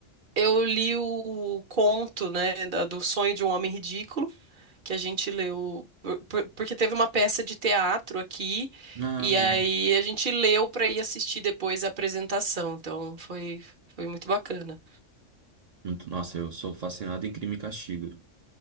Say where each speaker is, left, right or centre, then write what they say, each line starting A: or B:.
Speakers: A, on the right; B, on the right.
A: eu li o conto, né, da- do Sonho de um Homem Ridículo, que a gente leu, por- por- porque teve uma peça de teatro aqui,
B: Ah,
A: e
B: legal.
A: aí a gente leu para ir assistir depois a apresentação, então foi, foi muito bacana.
B: Muito- Nossa, eu sou fascinado em Crime e Castigo.